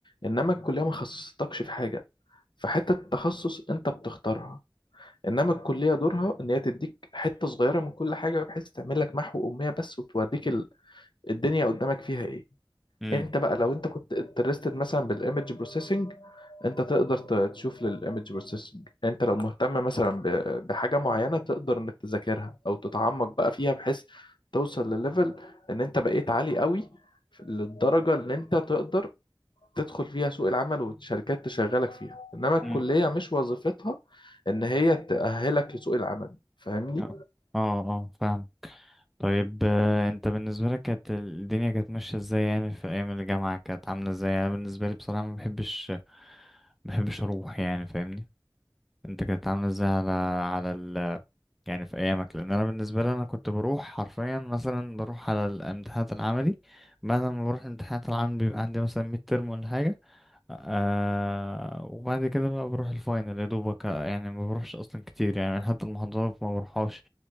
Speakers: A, on the left; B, in the centre.
A: انما الكليه ما خصصتكش في حاجه فحته التخصص انت بتختارها انما الكليه دورها ان هي تديك حته صغيره من كل حاجه بحيث تعمل لك محو اميه بس وتوريك ال- الدنيا قدامك فيها ايه
B: امم
A: انت بقى لو انت كنت انترستد مثلا بالايمج بروسيسنج انت تقدر ت- تشوف للايمج بروسيسنج انت لو مهتم مثلا ب- بحاجه معينه تقدر انك تذاكرها او تتعمق بقى فيها بحيث توصل لليفل ان انت بقيت عالي قوي للدرجه ان انت تقدر تدخل فيها سوق العمل والشركات تشغلك فيها انما الكليه
B: امم
A: مش وظيفتها ان هي تأهلك لسوق العمل فاهمني
B: اه اه آه، فاهم طيب آه، انت بالنسبة لك كانت الدنيا كانت ماشية ازاي يعني في ايام الجامعة كانت عاملة ازاي انا بالنسبة لي بصراحة ما بحبش ما بحبش اروح يعني فاهمني انت كانت عاملة ازاي على على ال... يعني في ايامك لان انا بالنسبة لي انا كنت بروح حرفيا مثلا بروح على الامتحانات العملي بعد ما بروح الامتحانات العملي بيبقى عندي مثلا ميد ترم ولا حاجة آه وبعد كده بقى بروح الفاينل يا دوبك آه، يعني ما بروحش اصلا كتير يعني حتى المحاضرات ما بروحهاش